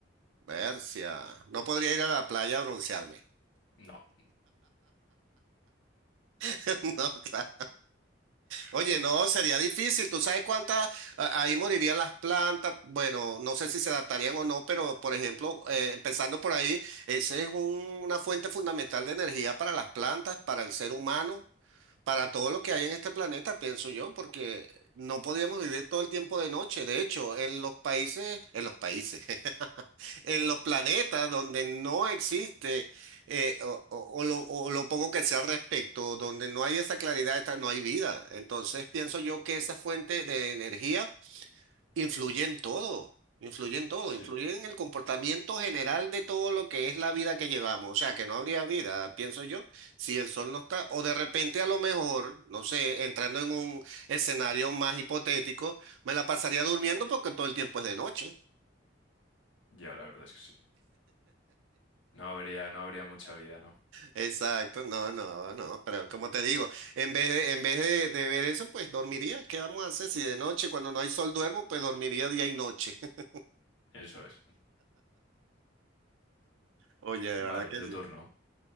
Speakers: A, on the right; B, on the left.
A: Bercia, no podría ir a la playa a broncearme.
B: No.
A: <laughs> No, claro. Oye, no, sería difícil. ¿Tú sabes cuántas? a- Ahí morirían las plantas. Bueno, no sé si se adaptarían o no, pero por ejemplo, eh, empezando por ahí, esa es un- una fuente fundamental de energía para las plantas, para el ser humano, para todo lo
B: Ujú.
A: que hay en este planeta, pienso yo, porque no podíamos vivir todo el tiempo de noche. De hecho, en los países, en los países, <laughs> en los planetas donde no existe eh, o, o- o lo, o lo poco que sea al respecto, donde no hay esa claridad, esta- no hay vida. Entonces pienso yo que esa fuente de energía influye en todo, influye en todo,
B: Sí,
A: influye en el comportamiento general de todo lo que es la vida que llevamos. O sea, que no habría vida, pienso yo, si el sol no está, o de repente a lo mejor, no sé, entrando en un escenario más hipotético, me la pasaría durmiendo porque todo el tiempo es de noche.
B: ya la verdad es que sí. No habría, no habría mucha vida, ¿no?
A: Exacto, no, no, no, pero como te digo, en vez de, en vez de, de ver eso, pues dormiría. ¿Qué vamos a hacer? Si de noche, cuando no hay sol, duermo, pues dormiría día y noche. <laughs>
B: Eso es.
A: Oye, de verdad
B: Vale,
A: que
B: tu
A: sí.
B: turno.